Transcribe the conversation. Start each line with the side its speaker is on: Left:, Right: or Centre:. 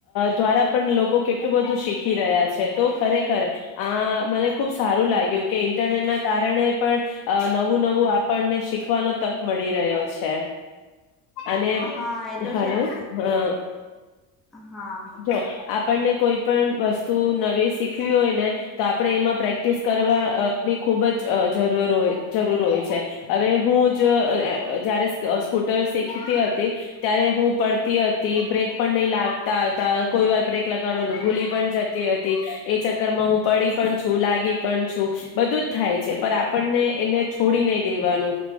Left: દ્વારા પણ લોકો કેટલું બધું શીખી રહ્યા છે તો ખરેખર આ મને ખૂબ સારું લાગ્યું કે ઇન્ટરનેટના. કારણે પણ નવું નવું આપણને શીખવાનો તક મળી રહ્યો છે. અને
Centre: હા એ તો
Left: હાલો
Centre: છે
Left: અ.
Centre: હા
Left: જો આપ. આપણને કોઈ પણ વસ્તુ નવી શીખવી હોય ને તો આપણે એમાં પ્રેક્ટિસ કરવા. ખૂબ જ જરૂર હો જરૂર હોય છે હવે હું જ જારે સ્કૂટર શીખતી હતી ત્યારે હું પડતી. હતી બ્રેક પણ નહી લાગ. હતા કોઈ વાર બ્રેક લગાડવાનું ભૂલી પણ જતી હતી એ ચક્કર માં હું પડી પણ છું લાગી પણ છું બધું. થાય છે પણ આપણને એને છોડી નહી દેવાનું